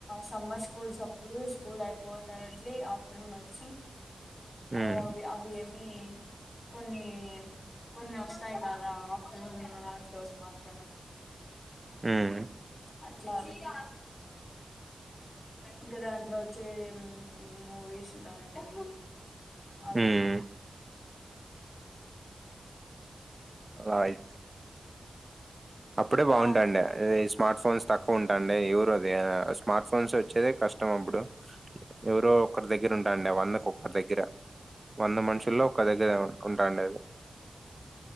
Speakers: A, on the left (about 55°); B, on the right (about 30°).
A: సమ్మర్ స్కూల్స్ అప్పుడు స్కూల్ అయిపోతానట్లే ఆఫ్టర్నూన్ వచ్చి
B: ఉమ్
A: ఓఅవి అవి ఏం నీ కొన్ని కొన్ని వస్తాయి కదా ఆఫ్టర్నూన్ నూన్ ఫోస్ మాత్రమే
B: హ్మ్
A: అట్లా వెయ్యి ఇంకా దాంట్లో వచ్చే మూవీస్ లాంటివి అవి
B: హ్మ్ రా ఆయితే అప్పుడే బాగుంటాండ
A: ఆ
B: అ స్మార్ట్ ఫోన్స్ తక్కువ ఉంటాండి ఎవరు అది స్మార్ట్ ఫోన్స్ వచ్చేది కష్టం అప్పుడు ఎవరో ఒకరి దగ్గర ఉంటాండ వందకు ఒకరి దగ్గర వంద మనుషుల్లో ఒకరి దగ్గర ఉంటాండ అది